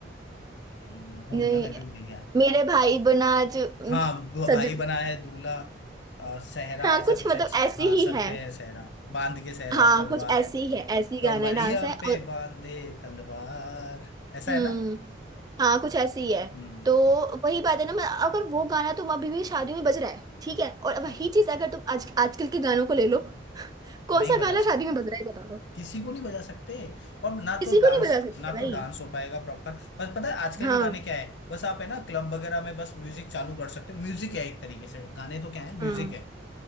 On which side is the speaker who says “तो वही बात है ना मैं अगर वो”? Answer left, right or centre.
Right